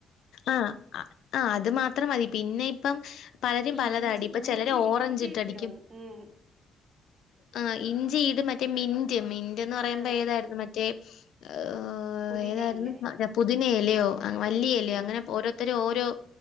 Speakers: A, on the left; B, on the right.
A: ആഹ് അ ആഹ് അത് മാത്രം മതി, പിന്നെ ഇപ്പം പലരും
B: ഈ
A: പലതാടി,
B: ഇഞ്ചി
A: ഇപ്പ
B: ഇഞ്ചി
A: ചെലര് ഓറഞ്ചിട്ടടിക്കും
B: ഇഞ്ചിയൊക്കെ ഇടോ ഉം
A: ആഹ് ഇഞ്ചി ഇടും, മറ്റ് റ്റേ മിന്റ്, മിന്റെന്ന് പറയുമ്പൊ
B: ആഹ്
A: ഏതായിരുന്നു മറ്റേ, ഏഹ്
B: പുതിനയില്ലേ
A: ഏതായിരുന്ന് <unintelligible> പുതിന എലയോ, അ മല്ലി എലയോ
B: ഉം
A: അങ്ങനെ ഓരൊ ത്തര് ഓരോ